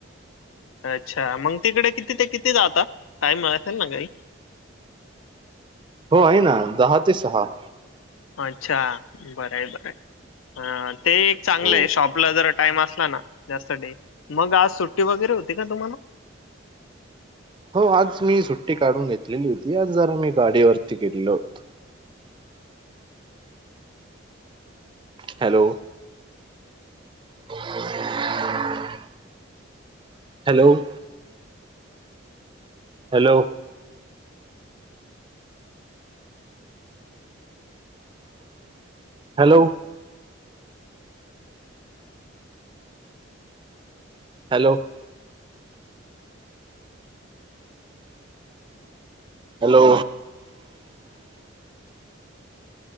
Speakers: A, on the left; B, on the right.
A: अच्छा मग तिकडे किती ते किती जाता? काय मग असले ना घरी
B: हो आहे ना दहा ते सहा
A: अच्छा! बरं आहे बर आहे ते एक चांगलं
B: हो,
A: आहे शॉपला जर टाइम असला ना जास्त डे मग आज सुट्टी वगैरे होती का तुम्हाला
B: हो आज मी सुट्टी काढून घेतलेली होती आज जरा मी गाडीवरती गेलेलो होतो. Hello! <inaudible> Hello - hello hello hello - hello